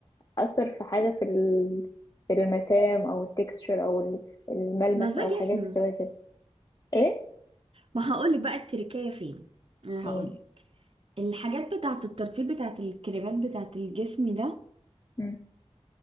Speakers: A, on the left; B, on the right.
A: اثر في حاجه في ال- في المسام او التكستشر او ال- الملمس
B: بس ده
A: او الحاجات
B: جسم
A: شبه كده ايه
B: ما هقولك بقى التركية فين انا
A: ايه
B: هقولك الحاجات بتاعة الترطيب بتاعة الكريمات بتاعة الجسم ده
A: مم.